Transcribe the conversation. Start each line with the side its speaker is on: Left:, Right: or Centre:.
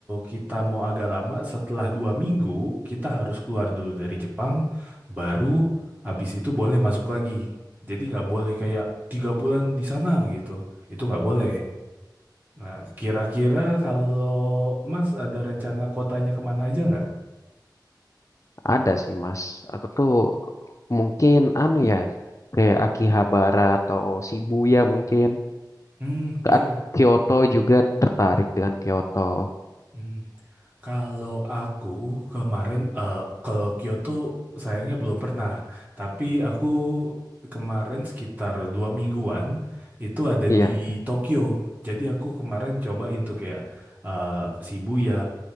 Right: kita mau agak lama, setelah dua minggu kita harus keluar dulu dari Jepang, baru abis itu boleh masuk lagi. Jadi nggak boleh kayak tiga bulan di sana gitu. Itu nggak boleh. Nah, kira-kira kalau Mas ada rencana kotanya kemana aja nggak?
Left: ada sih Mas. Aku tuh mungkin anu ya kayak Akihabara atau Shibuya mungkin
Right: Hmm, iya.
Left: Ke- Kyoto juga tertarik dengan Kyoto.
Right: Hmm. Kalau aku kemarin eh kalau Kyoto sayangnya belum pernah, tapi aku kemarin sekitar dua mingguan itu ada
Left: Iya.
Right: di Tokyo. Jadi aku kemarin cobain tuh kayak eh, Shibuya,